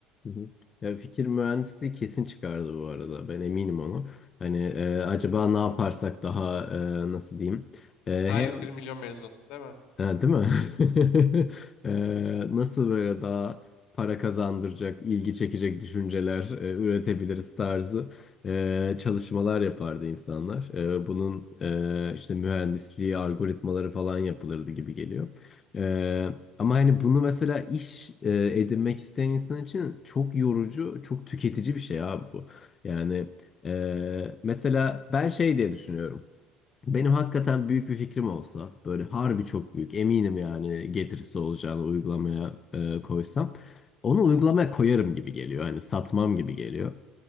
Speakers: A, on the left; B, on the left.
A: Hı hı. Ya fikir mühendisliği kesin çıkardı bu arada. Ben eminim ona. Hani e, acaba ne yaparsak daha e, nasıl diyeyim? E,
B: Her
A: hem
B: yıl bir milyon mezun değil mi?
A: Ha, değil mi? <laughs> Ee, nasıl böyle daha para kazandıracak, ilgi çekecek düşünceler e, üretebiliriz tarzı e, çalışmalar yapardı insanlar. E, bunun e, işte mühendisliği, algoritmaları falan yapılırdı gibi geliyor. E, ama hani bunu mesela iş e, edinmek isteyen insan için çok yorucu, çok tüketici bir şey abi bu. Yani e, mesela ben şey diye düşünüyorum. Benim hakikaten büyük bir fikrim olsa böyle harbi çok büyük eminim yani getirisi olacağını uygulamaya e, koysam onu uygulamaya koyarım gibi geliyor. Hani satmam gibi geliyor.